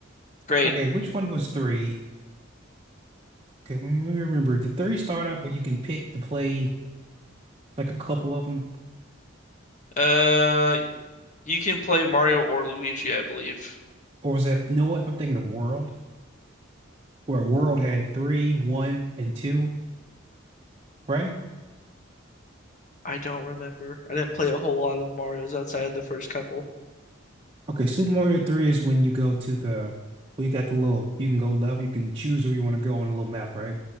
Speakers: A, on the left; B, on the right.
A: Great.
B: Okay, which one was three? Okay, remember, did three start out where you can pick to play like a couple of them?
A: Uh, you can play Mario or Luigi, I believe.
B: Or was that, you know what? I'm thinking of World, where World had three, one, and two, right?
A: I don't remember. I didn't play a whole lot of the Marios outside of the first couple.
B: Okay, Super Mario 3 is when you go to the, well, you got the little, you can go left, you can choose where you want to go on a little map, right?